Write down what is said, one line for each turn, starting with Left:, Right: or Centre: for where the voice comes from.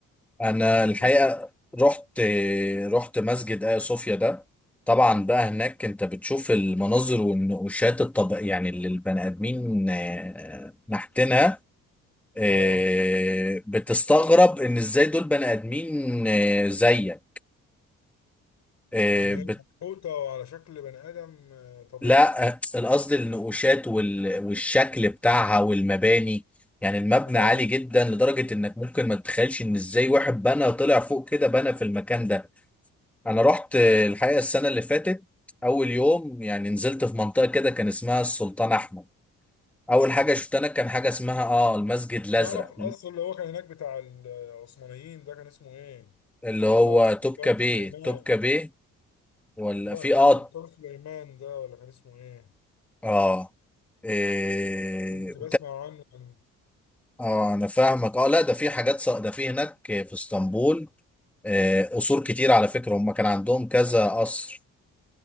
Centre: انا
Left: يعني
Centre: الحقيقة
Left: إيه؟
Centre: رحت رحت مسجد آيا صوفيا ده طبعا بقى هناك انت بتشوف المناظر والنقوشات الطب يعني اللي البني ادمين آه، نحتينها آه،
Left: اه
Centre: بتستغرب ان ازاي دول بني ادمين آه، زيك آه،
Left: يعني هي
Centre: بت...
Left: منحوتة على شكل بني آدم آه، طبيعي
Centre: لا آه، القصد النقوشات وال... والشكل بتاعها والمباني يعني المبنى
Left: اه
Centre: عالي جدا لدرجة انك ممكن ما تتخيلش ان ازاي واحد بنى طلع فوق كده بنى في المكان ده انا رحت آه، الحقيقة السنة اللي فاتت اول يوم يعني نزلت في منطقة كده كان اسمها السلطان احمد اول حاجة
Left: بس
Centre: شفتها انا كان حاجة اسمها اه المسجد الازرق
Left: انا اعرف القصر اللي هو كان هناك بتاع العثمانيين ده كان اسمه ايه
Centre: اللي هو
Left: بتاع السلطان
Centre: توبكا بيه
Left: سليمان
Centre: توبكا بيه ولا
Left: لا
Centre: في
Left: بتاع
Centre: اه
Left: السلطان سليمان ده ولا كان اسمه ايه
Centre: اه إيه...
Left: كنت بسمع عنه عن
Centre: اه انا فاهمك اه لا ده في حاجات ص... ده في هناك في اسطنبول آه، قصور كتير على فكرة هم كان عندهم كذا قصر